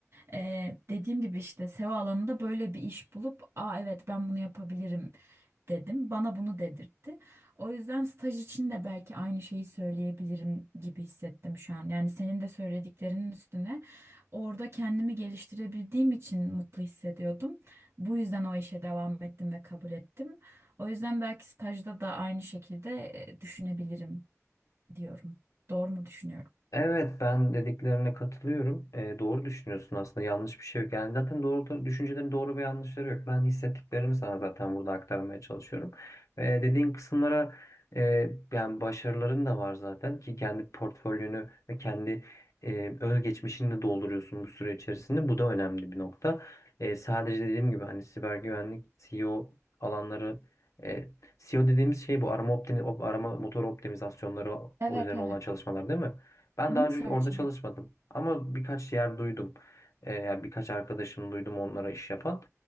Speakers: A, on the right; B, on the left.
A: E, dediğim gibi işte SEO alanında böyle bir iş bulup, aa evet ben bunu yapabilirim dedim. Bana bunu dedirtti. O yüzden staj için de belki aynı şeyi söyleyebilirim gibi hissettim şu an. Yani senin de söylediklerinin üstüne orada kendimi geliştirebildiğim için mutlu hissediyordum. Bu yüzden o işe devam ettim ve kabul ettim. O yüzden belki stajda da aynı şekilde e, düşünebilirim diyorum. Doğru mu düşünüyorum?
B: Evet ben dediklerine katılıyorum. Ee, doğru düşünüyorsun aslında yanlış bir şey yok. Yani zaten doğru düşüncelerin doğru ve yanlışları yok. Ben hissettiklerimi sana zaten burada aktarmaya çalışıyorum. Ee, dediğin kısımlara e, yani başarıların da var zaten ki kendi portfolyonu ve kendi e, özgeçmişini de dolduruyorsun bu süre içerisinde. Bu da önemli bir nokta. Ee, sadece dediğim gibi hani siber güvenlik, SEO alanları e, SEO dediğimiz şey bu arama, optimi, arama motor optimizasyonları
A: Evet
B: üzerine
A: evet.
B: olan çalışmalar değil mi? Ben
A: Hı,
B: daha önce
A: searching.
B: orada çalışmadım ama birkaç yer duydum. Ee, yani birkaç arkadaşım duydum onlara iş yapan.